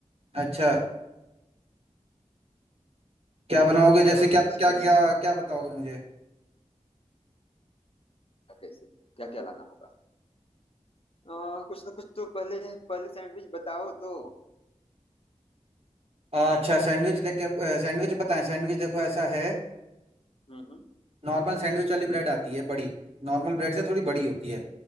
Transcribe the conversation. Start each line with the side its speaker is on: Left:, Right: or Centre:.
Right: अच्छा क्या बनाओगे
Left: होगा
Right: जैसे क्या
Left: अच्छी
Right: क्या
Left: लजीज
Right: क्या क्या बताओगे मुझे
Left: कैसे क्या क्या लाना होगा आ, कुछ ना कुछ तो पहले पहले सैंडविच बताओ तो
Right: अच्छा सैंडविच देख के सैंडविच बताएं सैंडविच देखो ऐसा है
Left: हम्म
Right: नॉर्मल सैंडविच वाली ब्रेड आती है बड़ी नॉर्मल ब्रेड से थोड़ी बड़ी होती है